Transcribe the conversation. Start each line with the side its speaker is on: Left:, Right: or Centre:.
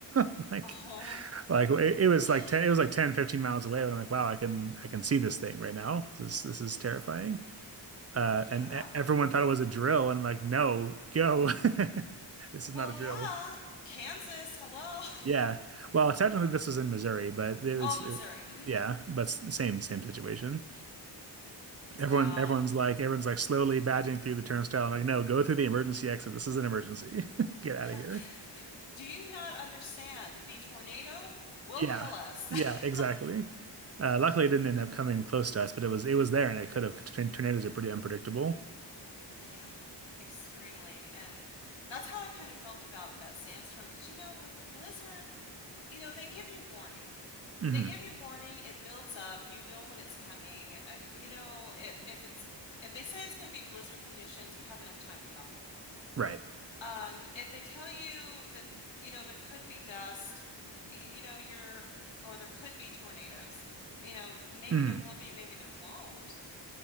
Right: <laughs> Like,
Left: Oh,
Right: like it, it was
Left: <gasps>
Right: like 10 it was like 10, 15 miles away, but I'm like, "Wow, I can I can see this thing right now. This is this is terrifying." Uh,
Left: yeah.
Right: and e- everyone thought it was a drill, and I'm like, "No, go. <laughs> This is
Left: Well,
Right: not a
Left: yeah.
Right: drill."
Left: Kansas, hello.
Right: Yeah. Well, technically this was in Missouri, but
Left: <laughs>
Right: it was
Left: Oh, Missouri. hmm
Right: yeah, but s- same same situation.
Left: Wow.
Right: Everyone, everyone's like, everyone's like slowly badging through the turnstile. I'm like, no, go through the emergency exit. This is an emergency. <laughs> Get out
Left: <laughs>
Right: of here.
Left: Do you not understand? The tornado will
Right: Yeah,
Left: kill us.
Right: yeah, exactly.
Left: <laughs>
Right: Uh, luckily, it didn't end up coming close to us, but it was it was there, and it could have. Tornadoes are pretty unpredictable.
Left: Yeah, extremely. And that's how I kind of felt about that sandstorm. Because, you know, with a blizzard, you know, they give you warning.
Right: hmm
Left: They give you warning. It builds up. You know when it's coming. Uh, you know, i if it's, if they say it's going to be blizzard conditions, you have enough time to get off the road.
Right: Right.
Left: Um, if they tell you that, you know, there could be dust, y- you know, you're, or there could be tornadoes, you know, maybe
Right: hmm
Left: there will be, maybe there won't.